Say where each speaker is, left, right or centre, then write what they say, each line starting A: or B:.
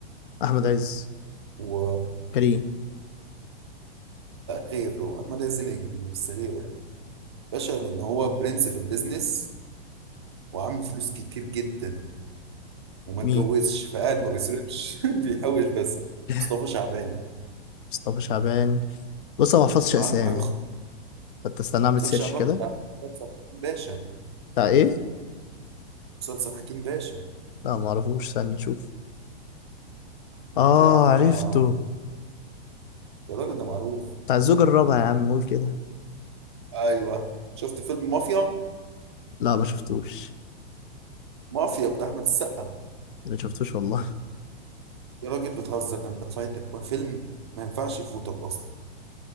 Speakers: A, on the left; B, on the right.
A: أحمد عز
B: ولا
A: كريم
B: غيره احمد عز نجم بس غيره يعني باشا لان هو برنس في البيزنس وعامل فلوس كتير جدا وما
A: مين
B: اتجوزش فقاعد ما بيصرفش <laughs> بيحوش بس
A: <laughs>
B: مصطفى شعبان
A: مصطفى شعبان بص أنا ما بحفظش أسامي
B: عنده حاجه خ...
A: فأنت استنى أعمل
B: مصطفى
A: سيرش
B: شعبان
A: كده
B: بتاع مسلسل حكيم باشا
A: بتاع إيه؟
B: مسلسل حكيم باشا
A: لا معرفوش استنى أشوف
B: بتاع
A: اه عرفته
B: يا راجل ده معروف
A: بتاع الزوج الرابع يا عم قول كده
B: ايوه شفت فيلم مافيا
A: لا ما شفتوش
B: مافيا بتاع احمد السقا
A: ما شفتوش والله
B: يا راجل بتهزر ده انت فايتك بقى فيلم ما ينفعش يفوتك اصلا